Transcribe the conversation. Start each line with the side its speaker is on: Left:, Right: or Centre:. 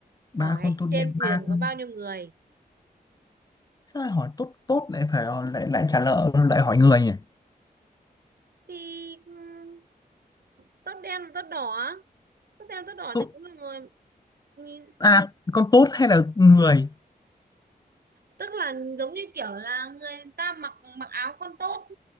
Left: ba
Right: Hỏi
Left: con tốt
Right: trên
Left: đen
Right: thuyền
Left: ba
Right: có
Left: con
Right: bao nhiêu người?
Left: Sao lại hỏi tốt tốt lại phải lại lại trả lời lại hỏi người nhỉ
Right: Thì ừm, tốt đen và tốt đỏ, tốt đen và tốt đỏ
Left: tốt
Right: thì cũng là người, nhìn.
Left: à con tốt hay là người
Right: tức là giống như kiểu là người ta mặc mặc áo con tốt